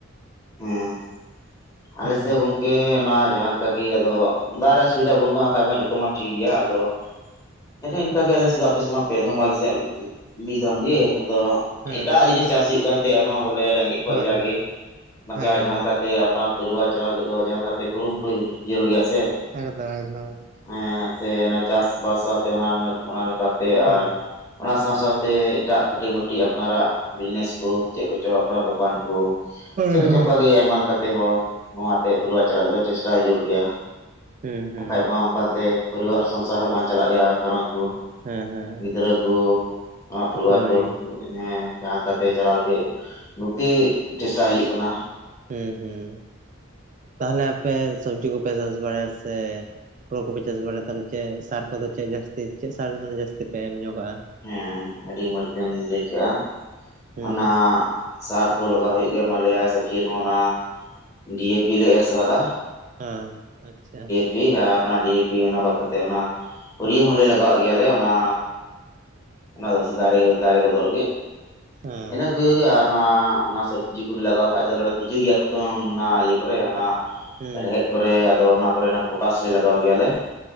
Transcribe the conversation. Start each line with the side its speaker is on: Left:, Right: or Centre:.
Left: ᱦᱮᱸ ᱟᱞᱮ
Right: ᱦᱩᱸ
Left: ᱥᱮᱫ ᱜᱚᱝ ᱮ ᱚᱱᱟ ᱡᱟᱦᱟᱸ ᱞᱮᱠᱮ ᱜᱤ ᱟᱫᱚ ᱫᱟᱜ ᱨᱮᱭᱟᱜ ᱥᱩᱵᱤᱫᱷᱟ ᱵᱟᱹᱱᱩᱜᱼᱟ᱾ ᱟᱯᱮᱭᱟᱜ ᱢᱟ ᱡᱷᱚᱛᱚ ᱢᱟ ᱴᱷᱤᱠ ᱜᱮᱭᱟ ᱟᱫᱚ ᱦᱮᱸ ᱛᱚ ᱤᱱᱠᱟᱹ ᱜᱮ ᱟᱞᱮᱥᱮᱫ ᱫᱚ ᱟᱯᱮᱥᱮᱫ ᱢᱟ ᱯᱮ ᱫᱷᱚᱢ ᱟᱞᱮᱥᱮᱫ ᱢᱤᱫ ᱫᱷᱚᱢ ᱜᱮ ᱟᱫᱚ
Right: ᱦᱮᱸ
Left: ᱮᱴᱟᱜ ᱡᱤᱱᱤᱥ ᱪᱟᱥ ᱦᱩᱭᱩᱜ ᱠᱟᱱᱛᱮ ᱟᱨᱦᱚᱸ ᱵᱚᱞᱮ ᱨᱮᱸᱜᱮᱡ ᱠᱷᱚᱡ
Right: ᱦᱳᱭ
Left: ᱡᱟᱜᱮ
Right: ᱦᱳᱭ
Left: ᱵᱟᱧᱪᱟᱣ
Right: ᱦᱮᱸ
Left: ᱡᱟᱦᱟᱸ ᱞᱮᱠᱟᱛᱮ ᱟᱯᱱᱟᱨ ᱯᱚᱨᱤᱵᱟᱨ ᱪᱟᱞᱟᱣ ᱞᱟᱹᱜᱤᱫ ᱫᱚ ᱡᱟᱦᱟᱸ ᱞᱮᱠᱟᱛᱮ ᱠᱩᱨᱩᱢᱩᱴᱩ ᱦᱩᱸ ᱡᱷᱟᱞ ᱜᱮᱭᱟ ᱥᱮ
Right: ᱮᱠᱫᱚᱢ ᱮᱠᱫᱚᱢ
Left: ᱾ ᱦᱮᱸ, ᱥᱮ ᱚᱱᱟ ᱪᱟᱥᱼᱵᱟᱥ ᱥᱟᱶᱛᱮ, <unintelligible> ᱚᱱᱟ ᱞᱮᱠᱟᱛᱮ
Right: ᱦᱩᱸ
Left: ᱟᱨ ᱚᱱᱟ ᱥᱟᱶ ᱥᱟᱶᱛᱮ ᱮᱴᱟᱜ ᱠᱟᱹᱴᱤᱡ ᱢᱟᱹᱴᱤᱡ ᱟᱯᱱᱟᱨᱟᱜ ᱵᱤᱡᱽᱱᱮᱥ ᱠᱩ ᱪᱮᱫ ᱠᱚᱪᱚ ᱟᱯᱱᱟᱨ ᱫᱚᱠᱟᱱ ᱠᱚ
Right: ᱦᱳᱭ
Left: ᱪᱮᱜ ᱠᱚᱪᱚ
Right: ᱦᱳᱭ
Left: ᱚᱝᱼᱠᱟ ᱜᱮ ᱟᱭᱢᱟ ᱞᱮᱠᱟᱛᱮ ᱦᱚᱲ ᱱᱚᱣᱟᱛᱮ ᱯᱩᱨᱣᱟ ᱪᱟᱞᱟ ᱠᱟᱛᱮ ᱴᱮᱥᱴᱟᱭ ᱡᱟᱹᱨᱩᱲ ᱜᱮᱭᱟ᱾
Right: ᱦᱩᱸ ᱦᱩᱸ
Left: ᱟᱡ ᱵᱟ ᱚᱱᱠᱟ ᱛᱮ ᱯᱚᱨᱤᱵᱟᱨ ᱥᱚᱝᱥᱟᱨ ᱦᱚᱸ ᱵᱟᱝ ᱪᱟᱞᱟᱜ ᱜᱮᱭᱟ ᱜᱷᱟᱨᱚᱸᱡᱽ ᱠᱩ-ᱼ
Right: ᱦᱮᱸ ᱦᱮᱸ
Left: ᱜᱤᱫᱽᱨᱟᱹ ᱠᱚ ᱟᱸᱻ ᱯᱚᱨᱤᱵᱟᱨ
Right: ᱦᱳᱭ
Left: ᱠᱚ ᱦᱮᱸ ᱡᱟᱦᱟᱸ ᱞᱮᱠᱟᱛᱮ ᱪᱟᱞᱟᱣ ᱞᱟᱹᱜᱤᱫ ᱵᱷᱩᱠᱛᱤᱜ ᱪᱮᱥᱴᱟᱭ ᱦᱩᱭᱩᱜ ᱠᱟᱱᱟ
Right: ᱦᱩᱸ ᱦᱩᱸ ᱛᱟᱦᱞᱮ ᱟᱯᱮ ᱥᱚᱵᱡᱤ ᱠᱚᱯᱮ ᱪᱟᱥ ᱵᱟᱲᱟᱭᱟ ᱥᱮ ᱦᱩᱲᱳ ᱠᱚᱯᱮ ᱪᱟᱥ ᱵᱟᱲᱟ ᱛᱟᱦᱚᱞᱮ ᱪᱮᱜ ᱥᱟᱨ ᱠᱚᱫᱚ ᱪᱮᱜ ᱡᱟᱹᱥᱛᱤ ᱪᱮᱜ ᱥᱟᱨ ᱢᱟᱱᱮ ᱡᱟᱹᱥᱛᱤ ᱯᱮ ᱮᱢ ᱧᱚᱜᱟᱜ-ᱟ?
Left: ᱦᱮᱸ ᱟᱹᱰᱤ ᱢᱚᱸᱡᱽ ᱵᱮᱱ ᱞᱟᱹᱭ ᱠᱟᱜᱼᱟ
Right: ᱦᱩᱸ
Left: ᱚᱱᱟᱻ ᱥᱟᱨ ᱠᱚ ᱞᱟᱜᱟᱣ ᱦᱳᱭᱳᱜ ᱜᱮᱭᱟ ᱦᱚᱸ ᱚᱱᱟ ᱰᱤ ᱮ ᱯᱤ ᱞᱮ ᱮᱨ ᱥᱟᱨ ᱟᱫᱟ᱾
Right: ᱟᱻ ᱟᱪᱪᱷᱟ᱾
Left: ᱯᱤ, ᱟᱨ ᱚᱱᱟ ᱰᱤ ᱮ ᱯᱤ ᱚᱱᱟ ᱵᱟᱛ ᱠᱟᱛᱮ ᱚᱱᱟ᱾ ᱚᱨᱭᱳ ᱦᱚᱸᱞᱮ
Right: ᱦᱩᱸ
Left: ᱞᱟᱜᱟᱣᱟ-ᱜ ᱜᱮᱭᱟᱞᱮ ᱚᱱᱟ ᱚᱱᱟ ᱫᱚ ᱥᱩᱫᱩ ᱫᱟᱨᱮ, ᱫᱟᱨᱮ ᱜᱚᱫᱚᱜ ᱞᱟᱜᱤᱜ,
Right: ᱦᱮᱸ
Left: ᱤᱱᱟᱹ ᱠᱚᱜᱮ ᱟᱨ ᱱᱚᱣᱟ ᱚᱱᱟ ᱥᱚᱵᱽᱡᱤ ᱠᱚᱞᱮ ᱞᱟᱜᱟᱣ ᱠᱟᱜ ᱫᱚᱞᱮ ᱛᱤᱡᱩᱭ ᱜᱮᱭᱟ ᱠᱚᱛᱚ ᱚᱱᱟ ᱤᱭᱟᱹ ᱠᱚᱨᱮ ᱚᱱᱟ
Right: ᱦᱩᱸ
Left: ᱨᱮᱦᱮᱫ ᱠᱚᱨᱮ ᱟᱫᱚ ᱚᱱᱟ ᱠᱚᱨᱮ ᱱᱟᱦ ᱯᱚᱴᱟᱥ ᱞᱮ ᱞᱟᱜᱟᱣ ᱜᱮᱭᱟᱞᱮ ᱾